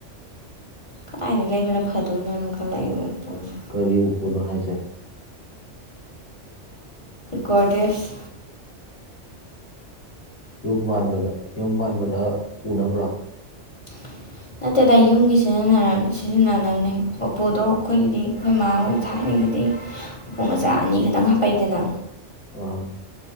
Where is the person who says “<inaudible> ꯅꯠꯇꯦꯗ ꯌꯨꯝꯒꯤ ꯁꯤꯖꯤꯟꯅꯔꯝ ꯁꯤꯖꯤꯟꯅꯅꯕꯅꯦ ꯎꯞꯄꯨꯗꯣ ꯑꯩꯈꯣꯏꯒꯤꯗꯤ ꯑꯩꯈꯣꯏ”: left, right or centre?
Left